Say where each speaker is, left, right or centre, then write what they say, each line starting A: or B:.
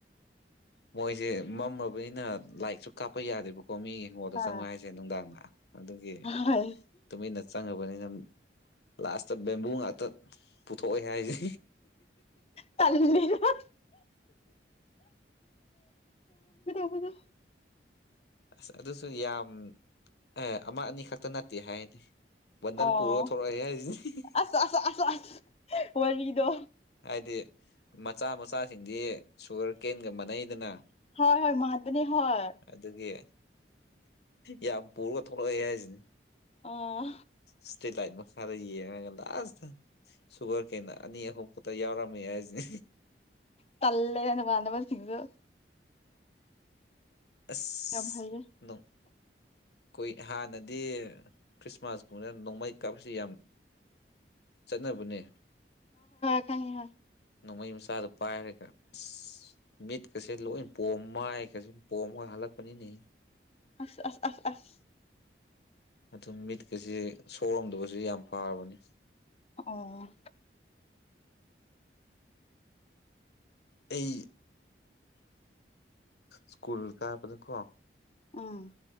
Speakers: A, on the left; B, on the left.
A: ꯃꯣꯏꯖꯦ ꯃꯝꯃꯕꯅꯤꯅ ꯂꯥꯏꯛꯁꯨ ꯀꯥꯞꯄ ꯌꯥꯗꯦꯕꯀꯣ ꯃꯤꯒꯤ ꯍꯤꯡꯒꯣꯜꯗ
B: ꯍꯣꯏ
A: ꯆꯪꯉꯨ ꯍꯥꯏꯁꯦ ꯅꯨꯡꯗꯥꯡꯗ ꯑꯗꯨꯒꯤ
B: ꯍꯣꯏ
A: ꯇꯨꯃꯤꯟꯅ ꯆꯪꯉꯕꯅꯤꯅ ꯂꯥꯁꯇꯥ ꯕꯦꯝꯕꯨ ꯉꯥꯛꯇ ꯄꯨꯊꯣꯛꯑꯦ ꯍꯥꯏꯖꯦ
B: ꯇꯜꯂꯦꯕ <unintelligible>
A: ꯑꯁ ꯑꯗꯨꯁꯨ ꯌꯥꯝ ꯑꯦ ꯑꯃ ꯑꯅꯤ ꯈꯛꯇꯥ ꯅꯠꯇꯦ ꯍꯥꯏꯗꯤ ꯕꯣꯟꯗꯜ
B: ꯑꯣ
A: ꯄꯨꯔꯒ ꯊꯣꯔꯥꯑꯦ ꯍꯥꯏꯖꯤꯅꯤ
B: ꯑꯁ ꯑꯁ ꯑꯁ ꯑꯁ ꯋꯥꯔꯤꯗꯣ
A: ꯍꯥꯏꯗꯤ ꯃꯆꯥ ꯃꯆꯥꯁꯤꯡꯗꯤ ꯁꯨꯒꯔ ꯀꯦꯟꯒꯥ ꯃꯥꯟꯅꯩꯗꯅ
B: ꯍꯣꯏ ꯍꯣꯏ ꯃꯥꯟꯕꯅꯦ ꯍꯣꯏ
A: ꯑꯗꯨꯒꯤ ꯌꯥꯝ ꯄꯨꯔꯒ ꯊꯣꯛꯂꯛꯑꯦ ꯍꯥꯏꯖꯤꯅꯤ
B: ꯑꯥ
A: ꯁꯇ꯭ꯔꯤꯠ ꯂꯥꯏꯠ ꯃꯈꯥꯗ ꯌꯦꯡꯔꯒ ꯂꯥꯁꯇꯥ ꯁꯨꯒꯔ ꯀꯦꯟꯅ ꯑꯅꯤ ꯑꯍꯨꯝ ꯈꯛꯇ ꯌꯥꯎꯔꯝꯃꯦ ꯍꯥꯏꯖꯦ
B: ꯇꯜꯂꯦꯗ ꯅꯃꯥꯟꯅꯕ ꯁꯤꯡꯗꯨ
A: ꯑꯁ
B: ꯌꯥꯝ ꯍꯩꯔꯦ
A: ꯅꯣꯛ ꯀꯨꯏ ꯍꯥꯟꯅꯗꯤ ꯈ꯭ꯔꯤꯁꯃꯥꯁ ꯀꯨꯝꯕꯗ ꯅꯣꯡꯃꯩ ꯀꯥꯞꯄꯁꯤ ꯌꯥꯝ ꯆꯠꯅꯕꯅꯦ
B: ꯈꯪꯉꯤ ꯍꯣꯏ
A: ꯅꯣꯡꯃꯩ ꯃꯆꯥꯗꯨꯣ ꯄꯥꯏꯔꯒ ꯏꯁ ꯃꯤꯠꯀꯁꯦ ꯂꯣꯏ ꯄꯣꯝ ꯃꯥꯏꯒꯁꯦ ꯄꯣꯝꯃꯒ ꯍꯜꯂꯛꯄꯅꯤꯅꯦ
B: ꯑꯁ ꯑꯁ ꯑꯁ ꯑꯁ
A: ꯑꯗꯨꯝ ꯃꯤꯠꯀꯁꯦ ꯁꯣꯔꯝꯗꯕꯁꯨ ꯌꯥꯝ ꯐꯔꯕꯅꯤ
B: ꯑꯣ
A: ꯑꯩ ꯁ꯭ꯀꯨꯜ ꯀꯥꯕꯗꯀꯣ
B: ꯎꯝ